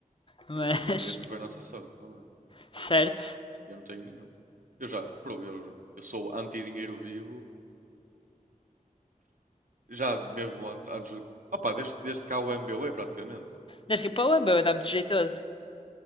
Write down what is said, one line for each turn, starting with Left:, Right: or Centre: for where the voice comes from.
Left: Mas,
Right: Por isso, foi- essa foi a nossa sorte também.
Left: <laughs> certo.
Right: Eu não tenho nenhum. Eu já, bro, eu, eu sou anti-dinheiro vivo Já mesmo an- antes do. Opa, desde, desde cá o MBWay praticamente.
Left: Desde que para o Embeu dá muito jeitoso.